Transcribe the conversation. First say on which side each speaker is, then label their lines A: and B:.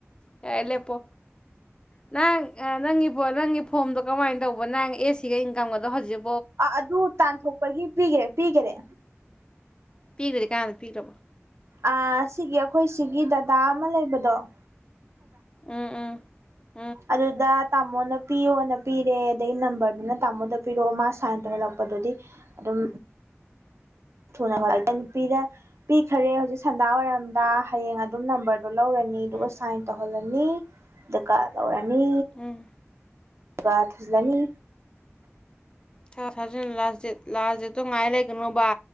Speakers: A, on the left; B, on the right.
A: ꯁ ꯌꯥ ꯂꯦꯄꯣ ꯅꯪ ꯅꯪꯒꯤ ꯅꯪꯒꯤ ꯐꯣꯝꯗꯣ ꯀꯃꯥꯏꯅ ꯇꯧꯕ ꯅꯪ ꯑꯦ ꯁꯤꯒ ꯏꯟꯀꯝꯒꯗꯣ ꯍꯧꯖꯤꯛ
B: ꯑ ꯑꯗꯨ ꯇꯥꯟꯊꯣꯛꯄꯒꯤ ꯄꯤꯒꯦꯔꯦ ꯄꯤꯒꯦꯔꯦ
A: ꯄꯤꯈ꯭ꯔꯗꯤ ꯀꯥꯟꯅꯗ ꯄꯤꯈ꯭ꯔꯕꯣ
B: ꯑ ꯁꯤꯒꯤ ꯑꯩꯈꯣꯏ ꯁꯤꯒꯤ ꯗꯗꯥ ꯑꯃ ꯂꯩꯕꯗꯣꯪ
A: ꯎꯝ ꯎꯝ
B: ꯑꯗꯨꯗ ꯇꯥꯃꯣꯅ ꯄꯤꯌꯣꯅ ꯄꯤꯔꯦ ꯑꯗꯒꯤ ꯅꯝꯕꯔꯗꯨꯅ ꯇꯥꯃꯣꯗ ꯄꯤꯔꯛꯑꯣ ꯃꯥ ꯁꯥꯏꯟ ꯇꯧꯍꯜꯂꯛꯄꯗꯨꯗꯤ ꯎꯝ ꯊꯨꯅ ꯈꯂ ꯄꯤꯈꯔꯦ ꯍꯧꯖꯤꯛ ꯁꯟꯗꯥ ꯑꯣꯏꯔꯝꯗꯥ ꯍꯌꯦꯡ ꯑꯗꯨꯝ ꯅꯝꯕꯔ ꯑꯗꯨꯣ ꯂꯧꯔꯅꯤ ꯑꯗꯨꯒ
A: ꯎꯝ
B: ꯁꯥꯏꯟ ꯇꯧꯍꯜꯂꯅꯤ ꯑꯗꯨꯒ ꯂꯧꯔꯅꯤ
A: ꯎꯝ
B: ꯑꯗꯨꯒ ꯊꯨꯖꯂꯅꯤ
A: ꯊ ꯊꯥ ꯂꯥꯁ ꯗꯦꯠ ꯂꯥꯁ ꯗꯦꯗꯠꯇꯣ ꯉꯥꯏ ꯂꯩꯒꯅꯣꯕ